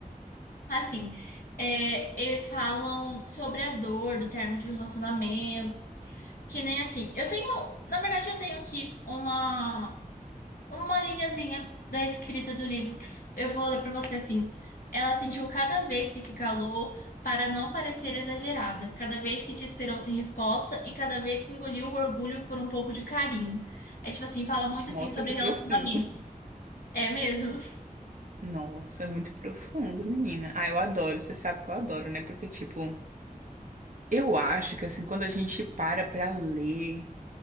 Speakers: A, on the left (about 85°); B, on the right (about 60°).
A: Assim, é, eles falam sobre a dor do término de um relacionamento, que nem assim. Eu tenho, na verdade, eu tenho aqui uma. uma linhazinha da escrita do livro que f- eu vou ler pra você assim. Ela sentiu cada vez que se calou para não parecer exagerada, cada vez que te esperou sem resposta e cada vez que engoliu o orgulho por um pouco de carinho. É tipo assim, fala muito
B: Nossa,
A: assim sobre
B: que
A: relacionamentos.
B: profundo.
A: É mesmo?
B: Nossa, é muito profundo, menina. Ah, eu adoro, você sabe que eu adoro, né? Porque, tipo, eu acho que, assim, quando a gente para pra ler